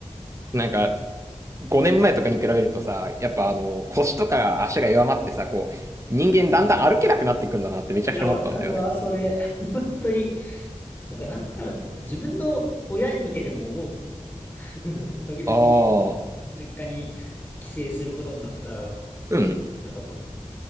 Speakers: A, on the right; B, on the left.
A: なんか、5年前とかに比べるとさ、やっぱあの、腰とか足が弱まってさ、こう、人間だんだん歩けなくなってくんだなってめちゃくちゃ思ったんだよね。
B: いや、わかるわ、それ。<laughs> 本当に。とか、なんなら、自分の親見てても思うもん。<laughs> 時々、
A: ああ、
B: じ実家に帰省することになったら、
A: うん、
B: とかも、